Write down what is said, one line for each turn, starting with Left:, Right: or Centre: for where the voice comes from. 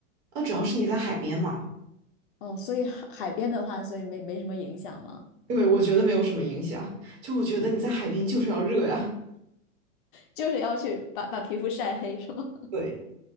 Right: 呃，主要是你在海边嘛。
Left: 哦，所以海海边的话，所以没没什么影响吗？
Right: 对，我觉得没有什么影响。就我觉得你在海边就是要热呀。
Left: 就是要去把把皮肤晒黑，是吗？
Right: 对，